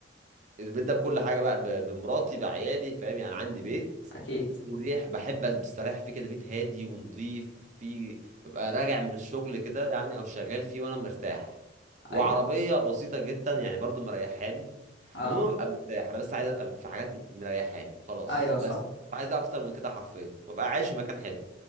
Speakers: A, on the right; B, on the left.
A: البيت ده بكل حاجه بقى ب- بمراتي بعيالي فاهم يعني عندي بيت
B: اكيد
A: مريح بحب مستريح فيه كده بيت هادي ونظيف وفيه ببقى راجع من الشغل كده يعني او شغال فيه وانا مرتاح وعربيه
B: ايوه
A: بسيطه جدا يعني برضو مريحاني
B: اه
A: المهم ببقى مرتاح انا بس عايز ابقى في حاجات مريحاني وخلاص
B: ايوه صح
A: بس مش عايز اكتر من كده حرفيا ببقى عايش في مكان حلو